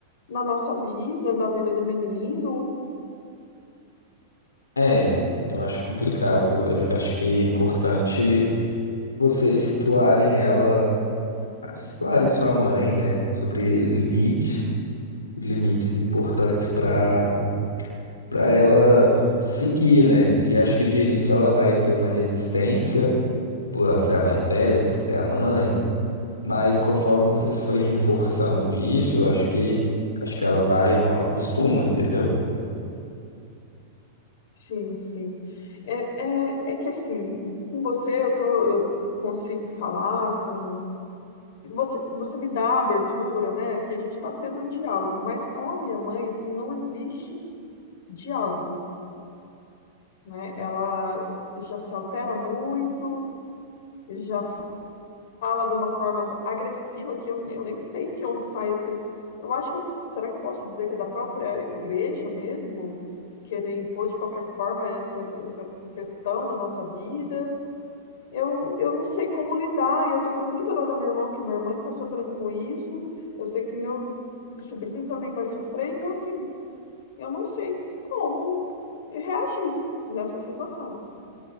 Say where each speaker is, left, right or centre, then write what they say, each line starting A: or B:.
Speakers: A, on the left; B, on the left.
A: na nossa vida, na vida do menino.
B: É, eu acho complicado. Eu acho que é importante vocês situarem ela, situarem sua mãe, né? Sobre limites, limites importantes para para ela seguir, né? E acho que de início ela vai ter uma resistência. por ela ser a mais velha, por ser a mãe. Mas conforme vocês forem reforçando isso, eu acho que acho que ela vai uma hora costuma, entendeu?
A: Sim, sim. É, é, é que assim, com você eu tô, eu consigo falar com. Você, você me dá a abertura, né? Que a gente está tendo um diálogo, mas com a minha mãe, assim, não existe diálogo, né? Ela já se altera muito, já fala de uma forma agressiva que eu, nem- eu nem sei de onde sai esse. Eu acho que eu- será que eu posso dizer que é da própria igreja mesmo? Querer impor de qualquer forma essa, essa questão na nossa vida? Eu, eu não sei como lidar, e eu tô com muita dor da minha irmã, porque minha irmã está sofrendo com isso. Eu sei que meu sobrinho também vai sofrer, então assim, eu não sei como reagir nessa situação.